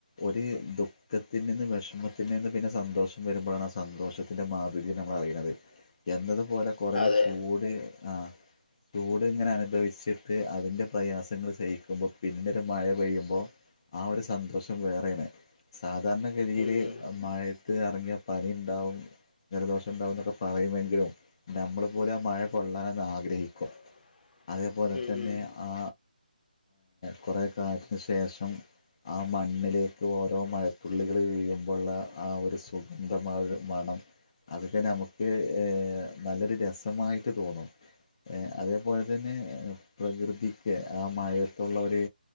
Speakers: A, on the left (about 30°); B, on the left (about 65°).
A: ഒരു ദുഃഖത്തിൽ നിന്ന് വിഷമത്തിൽ നിന്ന് പിന്നെ സന്തോഷം വരുമ്പോഴാണ് സന്തോഷത്തിൻ്റെ മാധുര്യം നമ്മൾ അറിയുന്നത് എന്നതുപോലെ കുറേ
B: അതെ
A: ചൂട് ആ ചൂട് ഇങ്ങനെ അനുഭവിച്ചിട്ട് അതിൻ്റെ പ്രയാസങ്ങൾ ചെയ്യിക്കുമ്പോൾ പിന്നെ മഴ പെയ്യുമ്പോൾ ആ ഒരു സന്തോഷം വേറെയാണ് സാധാരണ ഗതിയില്
B: ഉം ഉം
A: മഴത്ത് ഇറങ്ങിയ പനി ഉണ്ടാവും ജലദോഷം ഉണ്ടാവുമോക്കെ പറയുമെങ്കിലും നമ്മൾ പോലും ആ മഴ കൊള്ളാൻന്ന് ആഗ്രഹിക്കും
B: <inaudible>
A: അതേപോലെ
B: ഉം
A: തന്നെ
B: ഉം
A: ആ കുറേ കാലത്തിന് ശേഷം ആ മണ്ണിലേക്ക് ഓരോ മഴത്തുള്ളികള് വീഴുമ്പോള്ള ആ ഒരു സുഗന്ധമായ മണം അതൊക്കെ നമുക്ക് നല്ലൊരു രസമായിട്ട് തോന്നും അതേപോലെ തന്നെ പ്രകൃതിക്ക് ആ മഴത്തുള്ള ഒരു